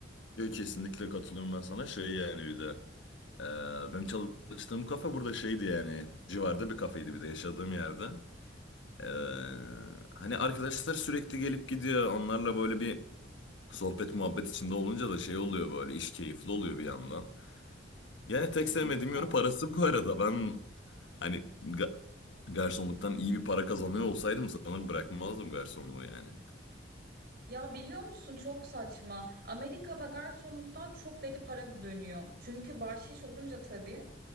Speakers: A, on the left (about 75°); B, on the right (about 55°).
A: Yok kesinlikle katılıyorum ben sana. Şey yani bir de. e, benim çalıştığım kafe burada şeydi yani. Civarda bir kafeydi bir de yaşadığım yerde. E, hani arkadaşlar sürekli gelip gidiyor. Onlarla böyle bir sohbet muhabbet içinde olunca da şey oluyor böyle. iş keyifli oluyor bir yandan. Yani tek
B: Kesinlikle.
A: sevmediğim yönü parası bu arada. Ben Hani ga- garsonluktan iyi bir para kazanıyor olsaydım sanırım bırakmazdım garsonluğu yani.
B: Ya biliyor musun çok saçma. Amerika'da garsonluktan çok deli para dönüyor. Çünkü bahşiş olunca tabii